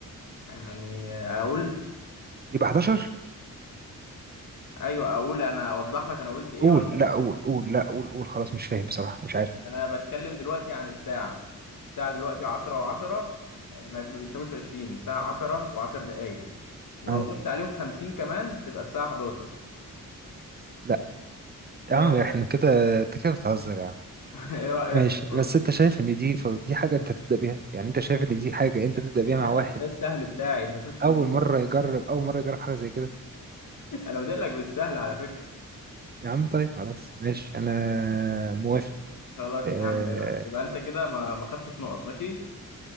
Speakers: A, on the left; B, on the right.
A: يعني آه، اقول
B: يبقى 11
A: ايوه اقول انا اوضح لك انا قلت ايه
B: قول
A: ولا لا
B: لا قول قول لا قول قول خلاص مش فاهم بصراحة مش عارف
A: انا بتكلم دلوقتي عن الساعه الساعه دلوقتي 10 و10 ما ما بيساويش 20 الساعه 10 و10 دقائق ولو
B: آه
A: ضفت عليهم 50 كمان تبقى الساعه 11
B: لا يا
A: ايه
B: عم
A: رايك
B: احنا كده انت كده بتهزر يا عم
A: <laughs> ايه رأيك
B: ماشي
A: في الفزورة
B: بس انت شايف
A: دي؟
B: ان دي ف... دي حاجة انت تبدأ بيها يعني انت شايف ان دي حاجة انت تبدأ بيها مع
A: ايه
B: واحد
A: ده السهل بتاعي انت شفتش
B: اول
A: اللي جاي
B: مرة يجرب اول مرة يجرب حاجة زي كده
A: انا بادئ لك بالسهل على فكرة
B: يا عم طيب خلاص ماشي انا موافق
A: خلاص
B: آه
A: يا عم يبقى انت كده ما ما خدتش نقط ماشي